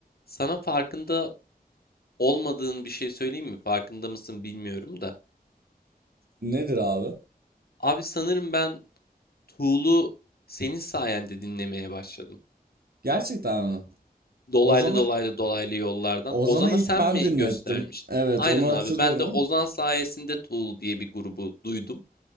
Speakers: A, on the left; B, on the right.
A: Sana farkında olmadığın bir şey söyleyeyim mi? Farkında mısın bilmiyorum da.
B: Nedir abi?
A: Abi sanırım ben Tool'u senin sayende dinlemeye başladım.
B: Gerçekten mi?
A: Dolaylı
B: Ozan'a
A: dolaylı dolaylı yollardan.
B: Ozan'a
A: Ozan'a
B: ilk
A: sen
B: ben
A: mi
B: dinlettim.
A: göstermiştin?
B: Evet,
A: Aynen
B: onu hatırlıyorum
A: abi. Ben de Ozan
B: ama.
A: sayesinde Tool diye bir grubu duydum.